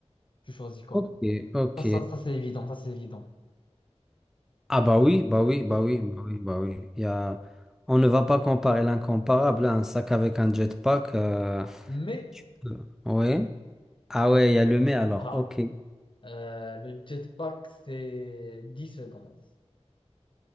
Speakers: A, on the left; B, in the centre.
A: Tu choisis quoi?
B: Ok, ok.
A: Ça, ça, ça, c'est évident, ça c'est évident.
B: Ah bah oui, bah oui,
A: C'est
B: bah
A: évident.
B: oui, bah oui, bah oui. Il y a... On ne va pas comparer l'incomparable, hein. Un sac avec un jetpack. euh,
A: Mais,
B: tu peux- Ouais. Ah ouais, il y a le mais alors.
A: ah,
B: Ok.
A: euh, le jetpack, c'est 10 secondes.